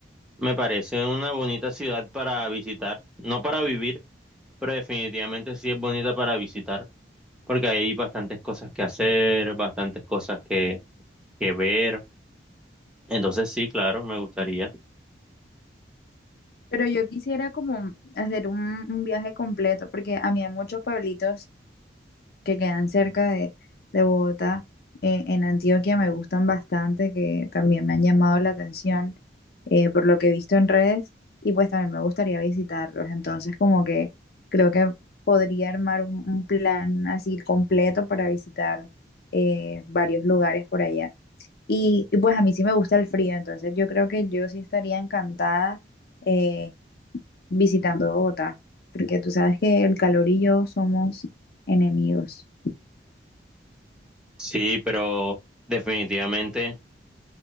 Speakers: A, in the centre; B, on the left.
A: me parece una bonita ciudad para visitar, no para vivir, pero definitivamente sí es bonita para visitar. porque hay bastantes cosas que hacer, bastantes cosas que, que ver. Entonces sí, claro, me gustaría.
B: pero yo quisiera como hacer un, un viaje completo, porque a mí hay muchos pueblitos que quedan cerca de, de Bogotá, eh, en Antioquia me gustan bastante, que también me han llamado la atención eh, por lo que he visto en redes y pues también me gustaría visitarlos. Entonces como que creo que podría armar un, un plan así completo para visitar eh, varios lugares por allá. Y, y, pues a mí sí me gusta el frío, entonces yo creo que yo sí estaría encantada eh, visitando Bogotá, porque tú sabes que el calor y yo somos enemigos.
A: Sí, pero definitivamente